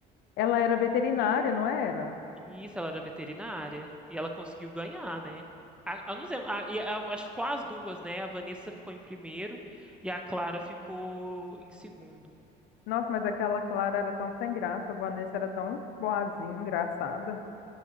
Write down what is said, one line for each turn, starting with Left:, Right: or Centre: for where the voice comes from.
Left: Ela era veterinária, não era?
Centre: Isso, ela era veterinária. E ela conseguiu ganhar, né? A, eu não sei, a- e a- acho que foi as duas, né? A Vanessa ficou em primeiro e a Clara ficou em segundo.
Left: Nossa, mas aquela Clara era tão sem graça, a Vanessa era tão boazinha, engraçada.